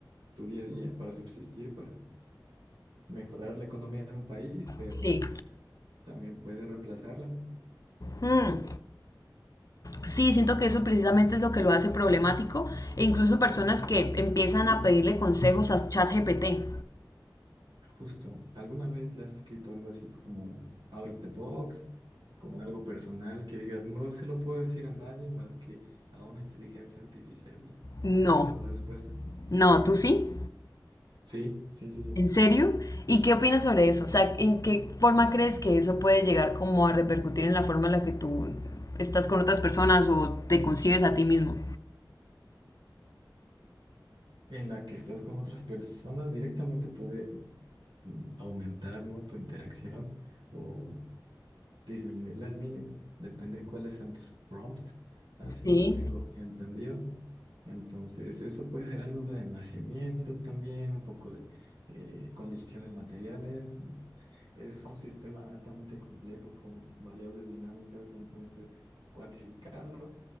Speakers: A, on the right; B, on the left.
A: tu día a día, para subsistir, para mejorar la economía de un país, pero
B: Sí.
A: también puede reemplazarla.
B: Mm, Sí, siento que eso precisamente es lo que lo hace problemático e incluso personas que empiezan a pedirle consejos a ChatGPT.
A: Justo, ¿alguna vez le has escrito algo así como out of the box, como algo personal que digas, no se lo puedo decir a nadie más que a una inteligencia artificial y
B: No,
A: he esperado la respuesta?
B: no, ¿tú sí?
A: Sí, sí, sí, sí.
B: ¿En serio? ¿Y qué opinas sobre eso? O sea, ¿en qué forma crees que eso puede llegar como a repercutir en la forma en la que tú estás con otras personas o te concibes a ti mismo?
A: En la que estás con otras personas directamente puede mm, aumentar, ¿no? tu interacción o disminuirla al mínimo, depende de cuáles sean tus prompts, así
B: Sí,
A: lo tengo entendido. Entonces, eso puede ser algo de nacimiento también, un poco de eh, condiciones materiales. Es un sistema altamente complejo con variables dinámicas, entonces cuantificarlo,